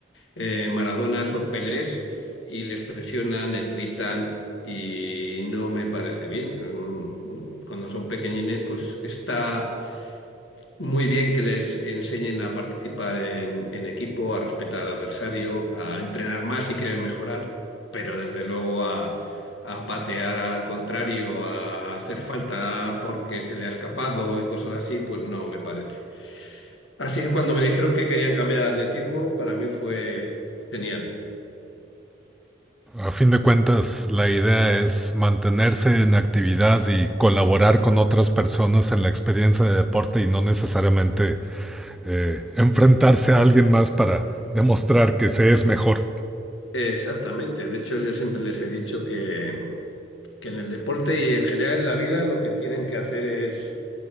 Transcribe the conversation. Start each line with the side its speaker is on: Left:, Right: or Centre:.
Left: eh, Maradonas o Pelés y les presionan, les gritan y no me parece bien. Mm, mm, Cuando son pequeñines, pues está muy bien que les enseñen a participar en, en equipo, a respetar al adversario, a entrenar más si quieren mejorar, pero desde luego a, a patear al contrario, a hacer falta porque se le ha escapado y cosas así, pues no me parece. Así que cuando me dijeron que querían cambiar de atletismo, para mí fue genial.
Centre: A fin de cuentas, la idea es mantenerse en actividad y colaborar con otras personas en la experiencia de deporte y no necesariamente eh, enfrentarse a alguien más para demostrar que se es mejor.
Left: Exactamente. De hecho, yo siempre les he dicho que, que en el deporte y en general en la vida lo que tienen que hacer es